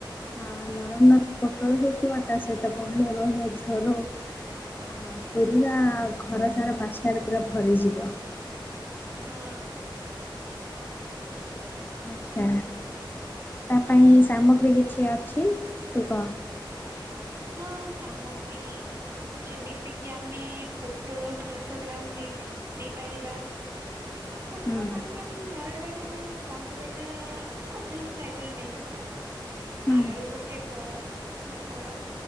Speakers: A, on the left (about 25°); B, on the right (about 35°).
A: ହଁ ନରମ ନରମ ପୋଟଳ କୁ <unintelligible> ତା ସହିତ ବହଳିଆ ବହଳିଆ ଝୋଳ ଆ ପୁରି ରା ଘର ସାରା ବାସ୍ନାରେ ପୁରା ଭରିଯିବ।
B: ହଁ।
A: ଆଚ୍ଛା ତା ପାଇଁ ସାମଗ୍ରୀ କିଛି ଅଛି ତୁ କହ।
B: ହଁ ସାମଗ୍ରୀ ଯେମିତି କିି ଆମେ ପୋଟଳ ପାଁଶହ ଗ୍ରାମ ନେଇ ନେଇପାରିବା। ପୋଟଳ
A: ହୁଁ
B: ପାଁଶ ଗ୍ରାମ୍ ବାରଡା ରୁ ପନ୍ଦର ଟା ମଧ୍ୟମ ସାଇଜିର ନେଇଯିବା।
A: ହୁଁ
B: ଆଳୁ ଗୋଟେ ବଡ଼ ପଟ